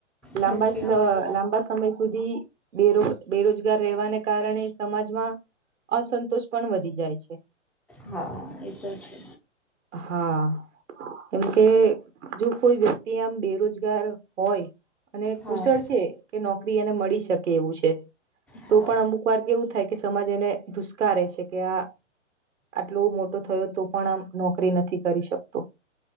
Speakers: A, on the right (about 90°); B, in the centre.
A: લાંબા
B: સાચી વાત
A: લાંબા સમય સુધી બે બેરોજગાર રહેવાને કારણે સમાજમાં અસંતોષ પણ વધી જાય છે
B: હા એ તો છે
A: હા કેમ કે જો કોઈ વ્યક્તિ આમ બેરોજગાર હોય અને
B: હા
A: કુશળ છે કે નોકરી એને મળી શકે એવું છે તો
B: હા
A: પણ અમુક વાર કેવું થાય કે સમાજ એને ધુષ્કારે છે કે આ આટલો મોટો થયો તો પણ આમ નોકરી નથી કરી શકતો